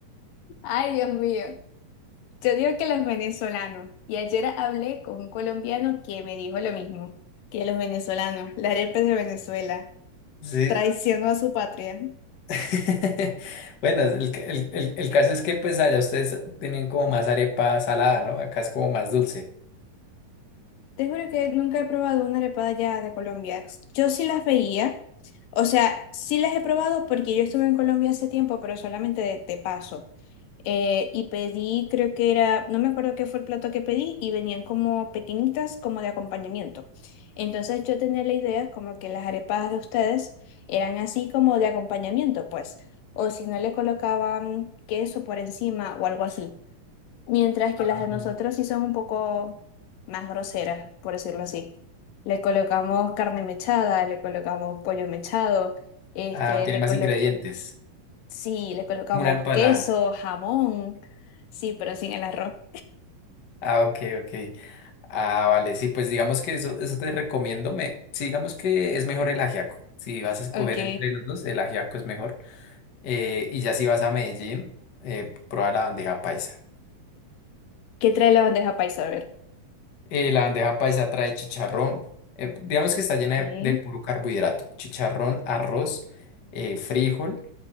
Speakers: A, on the left; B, on the left.
A: Ay, Dios mío. Yo digo que los venezolanos. Y ayer hablé con un colombiano que me dijo lo mismo, que los venezolanos, la arepa es de Venezuela,
B: Sí.
A: traicionó a su patria.
B: <laughs> Bueno, el, ca- el- el- el caso es que pues allá ustedes tienen como más arepa salada, ¿no? Acá es como más dulce.
A: Te juro que nunca he probado una arepada ya de Colombia. Yo sí las veía, o sea, sí las he probado porque yo estuve en Colombia hace tiempo, pero solamente de, de paso. Eh, y pedí, creo que era, no me acuerdo qué fue el plato que pedí, y venían como pequeñitas, como de acompañamiento. Entonces yo tenía la idea como que las arepas de ustedes eran así como de acompañamiento, pues, o si no le colocaban queso por encima o algo así. Mientras que
B: Ah,
A: las de nosotros sí son un poco más groseras, por decirlo así. Le colocamos carne mechada, le colocamos pollo mechado, este,
B: Ah, tiene
A: le
B: más
A: colo-
B: ingredientes.
A: sí, le colocamos
B: Como una empanada.
A: queso, jamón, sí, pero sin el arroz.
B: Ah, ok, ok. Ah, vale, sí, pues digamos que eso, eso te recomiendo. Me, sí, digamos que es mejor el ajiaco. Si vas a escoger
A: Ok.
B: entre los dos, el ajiaco es mejor. Eh, y ya si vas a Medellín, eh, prueba la bandeja paisa.
A: ¿Qué trae la bandeja paisa? A ver.
B: Eh, la bandeja paisa trae chicharrón, eh, digamos que está llena
A: ¿Qué?
B: de, de puro carbohidrato. Chicharrón, arroz, eh, frijol,